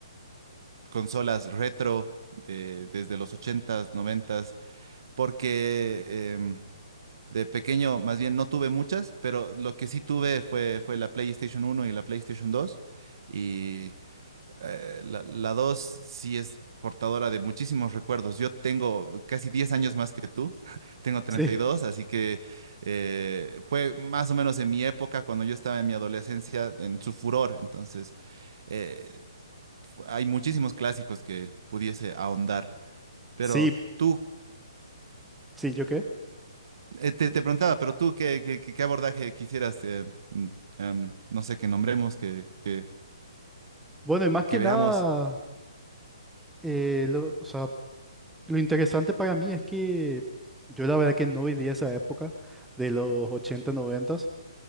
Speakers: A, on the right; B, in the centre.
A: consolas retro de- desde los ochentas, noventas, porque em, De pequeño, más bien no tuve muchas, pero lo que sí tuve fue, fue la PlayStation uno y la PlayStation dos Y eh, la, la dos sí es portadora de muchísimos recuerdos. Yo tengo casi 10 años más que tú, <laughs> tengo treinta
B: sí,
A: y dos así que eh, fue más o menos en mi época, cuando yo estaba en mi adolescencia, en su furor. Entonces, eh, fu- hay muchísimos clásicos que pudiese ahondar. Pero
B: sí,
A: tú,
B: sí, ¿yo qué?
A: Eh, te, te preguntaba, pero tú, ¿qué, qué, qué- qué abordaje quisieras, eh, mm, em, no sé, que nombremos, que, que,
B: Bueno, y más que
A: que veamos?
B: nada, eh, lo- o sea, Lo interesante para mí es que yo la verdad que no viví esa época de los 80 90,